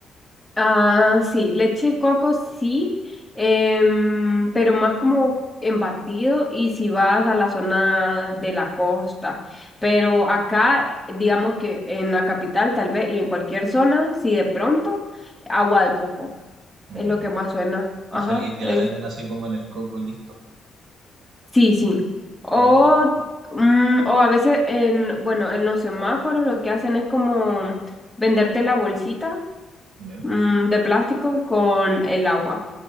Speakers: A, in the centre; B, on the right.
A: Ah, sí, leche de coco sí, em, pero más como en batido y si vas a la zona de la costa. Pero acá, digamos que en la capital tal vez y en cualquier zona, si de pronto, agua de coco
B: Ya.
A: es lo que más suena. Ajá,
B: Y, se, le- y te
A: es,
B: la venden así como en el coco listo.
A: sí, sí. O,
B: Ah,
A: mm, o a veces en, bueno, en los semáforos lo que hacen es como venderte la bolsita,
B: ya.
A: mm, de plástico con el agua.